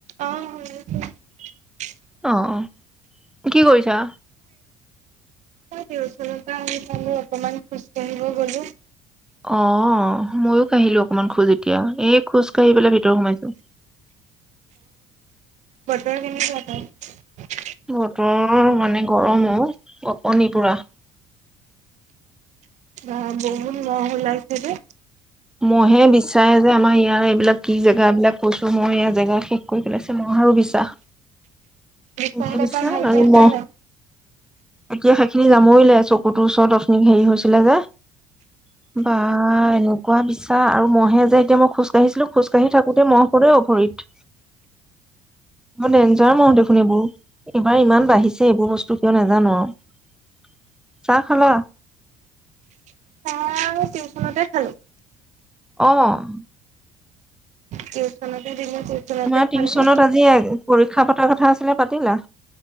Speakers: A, on the right; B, in the centre.
A: অঁ শুনিছো
B: অঁ কি কৰিছা
A: মই টিউচনৰ পৰা আহি পালো অকমান খুজ কাঢ়িব গলো
B: অ', অ'। ময়ো কাঢ়িলো অকমান খোজ এতিয়া এই খোজ কাঢ়ি পেলাই ভিতৰত সোমাইছো
A: বতৰ কেনেকুৱা তাত
B: বতৰ মানে গৰম অ' পুৰা কপনি পুৰা
A: অঁ বহুত মহ উলাইছে দে
B: মহে বিচাৰে যে আমাৰ ইয়াৰ এইবিলাক কি জেগা এইবলাক কৈছো মই এয়া জেগা শেষ কৰি পেলাইছিলো ম'হ আৰু বিচা।
A: বিস্কুট
B: বুজিছা
A: এটা ভাল
B: আৰু
A: পাইছা
B: ন
A: নাই?
B: এতিয়া সেইখিনি জামুৰিলে চকুটোৰ ওচৰত অথনি হেৰি হৈছিলে যে বা এনেকুৱা কোৱা মিছা আৰু মহে যে এতিয়া মই খোজ কাঢ়িছিলো খোজ কাঢ়ি থাকোতে মহ সদ অভৰিত বৰ ডেঞ্জাৰ মহ দেখোন এইবোৰ এইবাৰ ইমান বাঢ়িছে এইবোৰ বস্তু কিয় নোজানো আৰু চাহ খালা
A: চাহ টিউচনতে খালো
B: অ'
A: টিউচনতে দিলো টিউচনতে
B: আমাৰ টিউচনত
A: খালো।
B: আজি আজি পৰীক্ষা পতাৰ কথা আছিলে পাতিলা